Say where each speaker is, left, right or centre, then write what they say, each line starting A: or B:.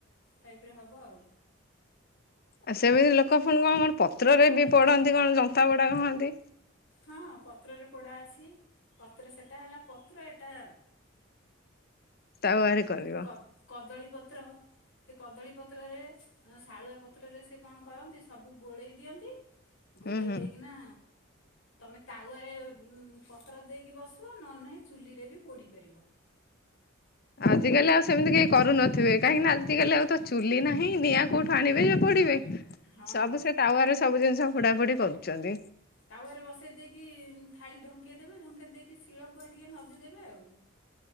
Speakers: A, on the left; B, on the left.
A: ଟାଇପ୍ ରେ ହେବ ଆଉ।
B: ଆ ସେମିତି ଲୋକ ଫୁଣି କଣ କଣ ପତ୍ରରେ ବି ପୋଡ଼ନ୍ତି କଣ ଜନ୍ତାପୋଡା କହନ୍ତି।
A: ହଁ, ହଁ ପତ୍ରରେ ପୋଡ଼ା ଅଛି। ପତ୍ର ସେଟା ହେଲା ପତ୍ର ଏଇଟା
B: ତାୱାରେ କରିବ
A: କ କଦଳୀ ପତ୍ର। ସେ କଦଳୀପତ୍ରରେ, ଶାଳୁଆ ପତ୍ରରେ ସେ କଣ କରନ୍ତି ସବୁ ଗୋଳେଇ ଦିଅନ୍ତି ଗୋଳେଇ
B: ହୁଁ ହୁଁ
A: ଦେଇକିନା ତମେ ତାୱାରେ ଉଁ ପତ୍ର ଦେଇକି ବସିବ ନହେଲେ ନାହିଁ ଚୁଲିରେ ବି ପୋଡ଼ିପାରିବ।
B: ଆଜ କାଲି ଆଉ ସେମିତି କେହି କରୁନଥିବେ। କାହିଁକିନା ଆଜିକାଲି ଆଉ ତ ଚୁଲି ନାହିଁ ନିଆଁ କୋଉଠୁ ଆଣିବେ ଯେ ପୋଡିବେ।
A: ହଁ
B: ସବୁ ସେ ତାୱାରେ ସବୁ ଜିନିଷ ପୋଡା ପୋଡି କରୁଛନ୍ତି।
A: ତାୱରେ ବସେଇ ଦେଇକି ଥାଳି ଢଙ୍କେଇ ଦେବେ। ଢଙ୍କେଇ ଦେଇକି ଶିଳ ପୁଆ ଟିକେ ନଦୀ ଦେବେ ଆଉ।